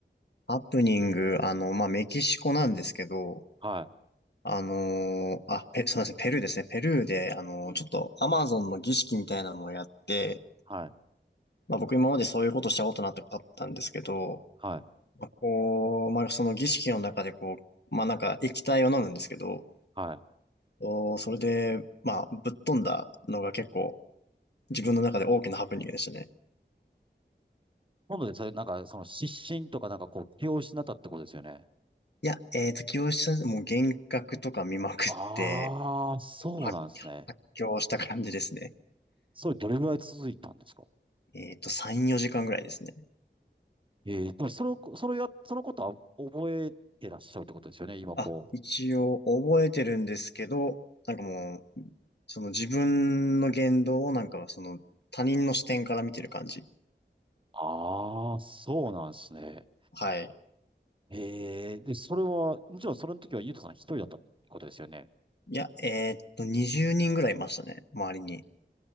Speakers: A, on the left; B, on the right.
A: ハプニング、あの、まあ、メキシコなんですけど、
B: は
A: あのーあ、ペ、すみません、ペルーですね。ペルーで、あのーちょっとアマゾンの儀式みたいなのをやって、
B: い。うん。はい。
A: まあ、僕今までそういうことしたことなかったんですけど、
B: はい。
A: まあこう、まあ、その儀式の中でこう、まあ、なんか液体を飲むんですけど、
B: はい。
A: おーそれで、まあ、ぶっ飛んだのが結構自分の中で大きなハプニングでしたね。
B: 今度でそれ、なんか、その失神とかなんかこう、気を失ったってことですよね。
A: いや、えっと、起用した、もう幻覚とか見まくって、
B: ああ、そうなんですね。
A: 発、発狂した感じですね。
B: それどれぐらい続いたんですか
A: えっと、3、4時間ぐらいですね。
B: ええでもその、そのや、そのことは覚えてらっしゃるってことですよね、今こう。
A: あ、一応覚えてるんですけど、なんかもう、その自分の言動をなんかその他人の視点から見てる感じ。
B: ああ、そうなんですね。
A: はい。
B: ええで、それは、もちろんそれの時はゆうとさん一人だったってことですよね。
A: いや、えーっと、20人ぐらいいましたね、周りに。